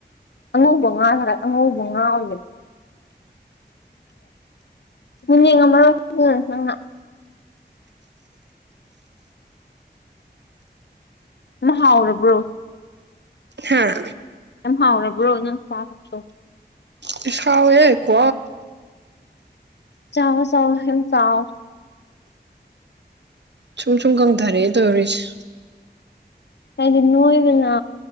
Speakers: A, on the left; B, on the right.
A: ꯑꯉꯧꯕ ꯉꯥ ꯈꯔ ꯑꯉꯧꯕ ꯉꯥ ꯑꯣꯏꯕ ꯉꯝꯕ ꯎꯝ ꯅ ꯍꯥꯎꯔꯕ꯭ꯔꯣ
B: ꯍꯥꯥ
A: ꯍꯥꯎꯔꯕ꯭ꯔꯣ ꯅꯪ ꯆꯥ ꯂꯣ
B: ꯄ ꯈꯥꯎꯋꯦ ꯀꯣ
A: ꯆꯕꯣ ꯆꯣ ꯍ ꯆꯥꯑꯣ
B: ꯁꯨꯝꯨꯝ ꯁꯨꯝ ꯀꯪ ꯊꯔꯦꯗꯔꯤꯁ
A: ꯀꯗꯤ ꯅꯣꯏꯕꯅ